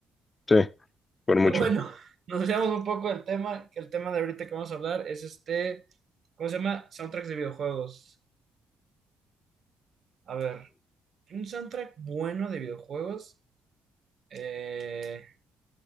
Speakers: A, on the left; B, on the right.
A: Sí, por mucho.
B: Pero bueno, <laughs> nos desviamos un poco del tema, que el tema de ahorita que vamos a hablar es este, ¿cómo se llama? Soundtracks de videojuegos. A ver, un soundtrack bueno de videojuegos. Eh,